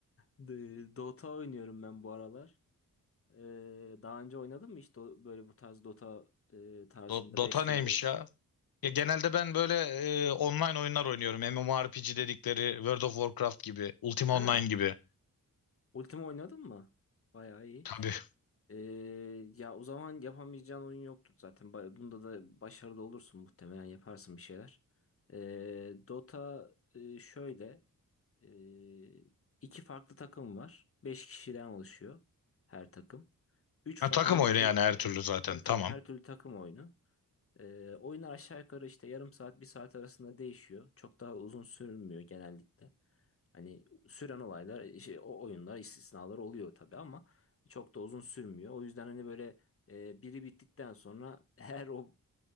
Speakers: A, on the left; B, on the left.
A: D- Dota oynuyorum ben bu aralar. Ee, daha önce oynadın mı hiç do- böyle bu tarz Dota e, tarzında
B: Do- Dota
A: 5v5?
B: neymiş ya? Ya genelde ben böyle e, online oyunlar oynuyorum. MMORPG dedikleri World of Warcraft gibi, Ultima
A: Ha,
B: Online gibi.
A: Ultima oynadın mı? Bayağı iyi.
B: Tabii.
A: Ee, ya o zaman yapamayacağın oyun yoktur zaten. Ba- Bunda da başarılı olursun muhtemelen yaparsın bir şeyler. Ee, Dota e, şöyle e, iki farklı takım var. beş kişiden oluşuyor her takım. 3
B: Ha,
A: farklı
B: takım
A: da
B: oyunu
A: kul-
B: yani her türlü zaten.
A: Tabii tabii
B: Tamam.
A: her türlü takım oyunu. Ee, oyunlar aşağı yukarı işte yarım saat bir saat arasında değişiyor. Çok daha uzun sürmüyor genellikle. Hani süren olaylar şey, o oyunlar istisnalar oluyor tabii ama çok da uzun sürmüyor. O yüzden hani böyle e, biri bittikten sonra <laughs> her o